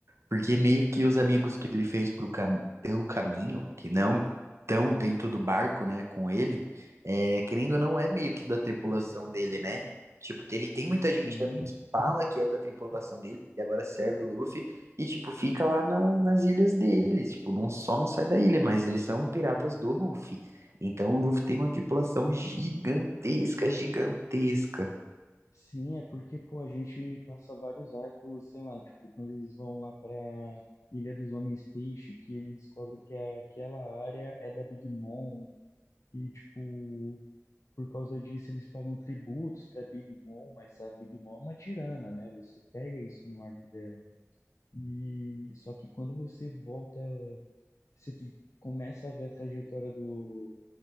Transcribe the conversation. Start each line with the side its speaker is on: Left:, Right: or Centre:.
Right: Porque meio que os amigos que ele fez pro cam... pelo caminho, que não estão dentro do barco, né, com ele, é, querendo ou não, é meio que da tripulação dele, né? Tipo, ele tem muita
Left: Sim.
Right: gente também que fala que é da tripulação dele, e agora serve o Luffy, e, tipo, fica lá na- nas ilhas deles. Tipo, não, só não sai da ilha, mas eles são piratas do Luffy. Então o Luffy tem uma tripulação gigantesca, gigantesca.
Left: Sim, é porque, pô, a gente passa vários arcos, sei lá, tipo, quando eles vão lá pra Ilha dos Homens Peixe, que eles descobrem que é, aquela área é da Big Mom, e, tipo, por causa disso eles pagam tributos pra Big Mom, mas a Big Mom é uma tirana, né? Você pega isso no arco dela. E só que quando você volta, você que começa a ver a trajetória do